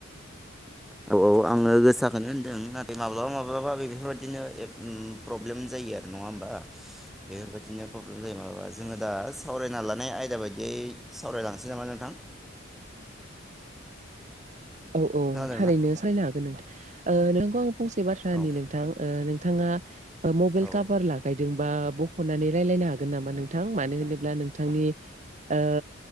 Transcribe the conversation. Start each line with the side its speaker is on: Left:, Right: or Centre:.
Centre: औ औ आङो गोसाखोनो होनदों नाथाय माब्लाबा माब्लाबा बे बेफोरबायदिनो एफ उम प्रब्लेम जायो आरो नङा होमबा? बेफोरबायदिनो प्रब्लेम जायो माबा जोङो दा सावरायना लानाय आयदा बायदियै सावरायलांसै नामा नोंथां?
Right: औ औ
Centre: खोनादोंना
Right: थारैनो सायनो हागोन नोंथा ओ नोंखौ आं फंसे बाथ्रा
Centre: औ
Right: होनि नोंथां ओ नोंथाङा ओ मबेल
Centre: औ
Right: काभार लागायदोंबा ब खनानै रायलायनो हागोन नामा नोंथां मानो होनोब्ला नोंथांनि ओ